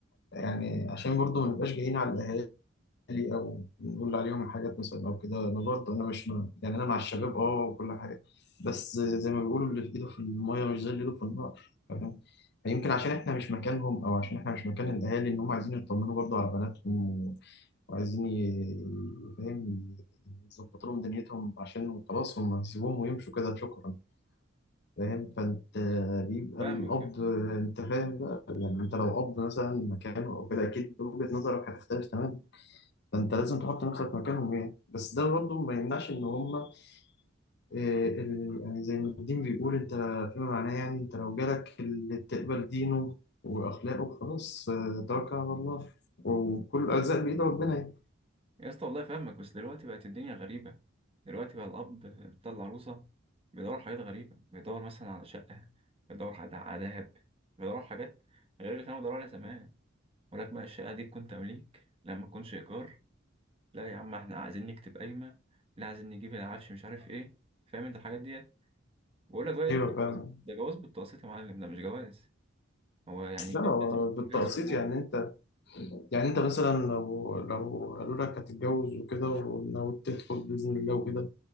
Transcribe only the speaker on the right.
فاهمك
فاهم
يا اسطى والله فاهمك بس دلوقتي بقت الدنيا غريبه دلوقتي بقى الاب بتاع العروسه بيدور على حاجات غريبه بيدور مثلا على شقه بيدور على على دهب بيدور على حاجات غير اللي كانوا بيدوروا عليها زمان ولك بقى الشقه دي تكون تمليك لما تكونش ايجار لا يا عم احنا عايزين نكتب قايمة لا عايزين نجيب العفش مش عارف ايه فاهم انت الحاجات ديت بقول لك بقى ايه
ده
جواز ده جواز بالتقسيط يا معلم ده مش جواز هو يعني الشاب
لازم يكون
جاهز في كل حاجة